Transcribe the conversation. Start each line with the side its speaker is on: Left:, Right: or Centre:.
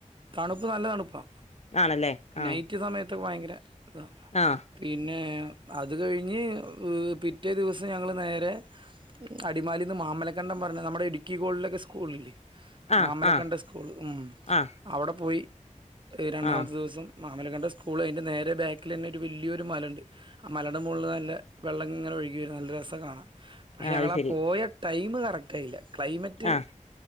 Right: തണുപ്പ് നല്ല തണുപ്പാ
Left: ആണല്ലേ ആ
Right: നൈറ്റ് സമയത്തൊക്കെ ഭയങ്കര ഇതാ
Left: ആ
Right: പിന്നെ അത് കഴിഞ്ഞ് പിറ്റേ ദിവസം ഞങ്ങള് നേരെ അടിമാലിന്ന് മാമലക്കണ്ടം പറഞ്ഞ് നമ്മടെ ഇടുക്കി ഗോൾഡിലൊക്കെ സ്കൂളില്ലേ
Left: ആ
Right: മാമലക്കണ്ടം
Left: ആ
Right: സ്കൂൾ ഉം
Left: ആ
Right: അവടെ പോയി രണ്ടാമത്തെ
Left: ആ
Right: ദിവസം മാമലകണ്ടം സ്കൂള് അയിൻ്റെ നേരെ ബാക്കിലെന്നെ ഒരു വല്ലിയൊരു മലണ്ട് ആ മലേടെ മോളില് നല്ല വെള്ളം ഇങ്ങനെ ഒഴുകി വരും നല്ല രസാ കാണാൻ പക്ഷേ ഞങ്ങളാ
Left: അത് ശരി
Right: പോയ ടൈമ് കറക്റ്റായില്ല ക്ലൈമറ്റ്
Left: ആ